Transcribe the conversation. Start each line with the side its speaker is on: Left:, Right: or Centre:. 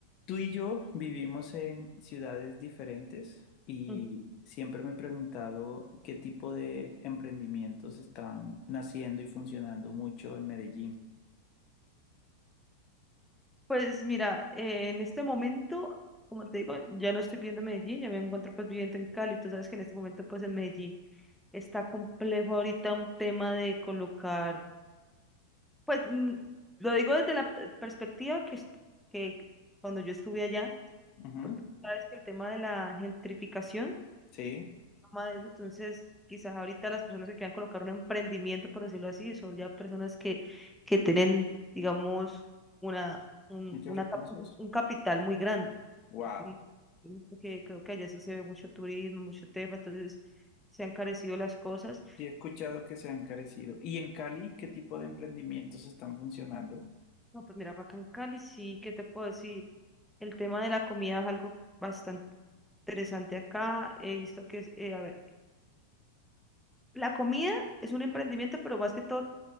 Left: Tú y yo vivimos en ciudades diferentes y
Centre: Mm,
Left: siempre me he preguntado qué tipo de emprendimientos están naciendo y funcionando mucho en Medellín.
Centre: Pues mira, eh, en este momento, como te digo, ya no estoy viviendo en Medellín, ya me encuentro pues viviendo en Cali. Tú sabes que en este momento pues en Medellín está complejo ahorita un tema de colocar, pues mm, lo digo desde la pe- perspectiva que, est- que cuando yo estuve allá,
Left: Ujú,
Centre: porque tú sabes que el tema de la gentrificación
Left: Sí,
Centre: más de eso. Entonces, quizás ahorita las personas que quieran colocar un emprendimiento, por decirlo así, son ya personas que, que tienen, digamos, una, un,
Left: muchos
Centre: una,
Left: recursos.
Centre: cap- un capital muy grande.
Left: Wow.
Centre: Ujú. Ujú, Porque creo que allá sí se ve mucho turismo, mucho tema, entonces se han carecido las cosas.
Left: Sí, he escuchado que se han encarecido. ¿Y en Cali qué tipo de emprendimientos están funcionando?
Centre: No, pues mira, acá en Cali sí, ¿qué te puedo decir? El tema de la comida es algo bastante interesante acá. He visto que, es, eh, a ver, la comida es un emprendimiento, pero más que todo